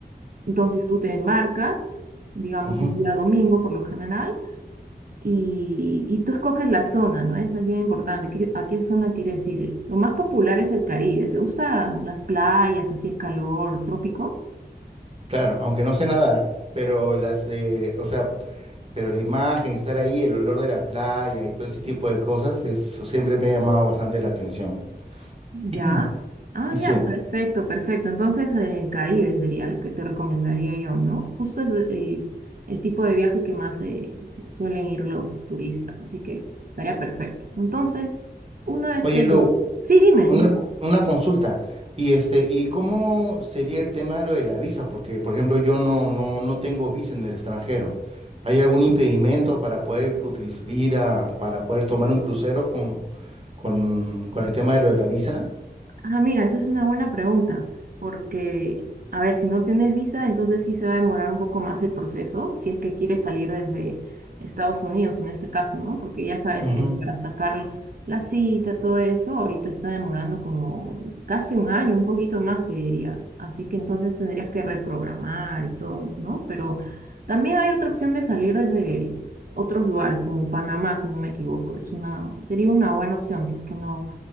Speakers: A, on the right (about 55°); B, on the right (about 35°).
A: entonces tú te embarcas, digamos
B: Ujú,
A: un día domingo por lo general, y, y tú escoges la zona, ¿no? Eso es bien importante, ¿qué- a qué zona quieres ir? Lo más popular es el Caribe, ¿te gustan las playas, así el calor, trópico?
B: Claro, aunque no sé nadar, ¿ah? pero las, eh, o sea, pero la imagen, estar ahí, el olor de la playa y todo ese tipo de cosas, eso siempre me ha llamado bastante la atención.
A: Ya.
B: Mm,
A: Ah,
B: Sí.
A: ya, perfecto, perfecto. Entonces, eh, el Caribe sería lo que te recomendaría yo, ¿no? Justo es el, el tipo de viaje que más eh, se- suelen ir los turistas, así que estaría perfecto. Entonces, una vez
B: Oye,
A: que...
B: Lu,
A: Sí, dime,
B: Una,
A: dime.
B: co- una consulta. Y este, ¿y cómo sería el tema de lo de la visa? Porque, por ejemplo, yo no, no, no tengo visa en el extranjero. ¿Hay algún impedimento para poder utiliz- ir a, para poder tomar un crucero con, con, con el tema de lo de la visa?
A: Ah, mira, esa es una buena pregunta, porque, a ver, si no tienes visa, entonces sí se va a demorar un poco más el proceso, si es que quieres salir desde Estados Unidos en este caso, ¿no? Porque ya sabes,
B: Ujú,
A: eh, para sacar la cita, todo eso, ahorita está demorando como casi un año, un poquito más, te diría. Así que entonces tendrías que reprogramar y todo, ¿no? Pero también hay otra opción de salir desde otros lugares, como Panamá, si no me equivoco. Es una, sería una buena opción, si es que no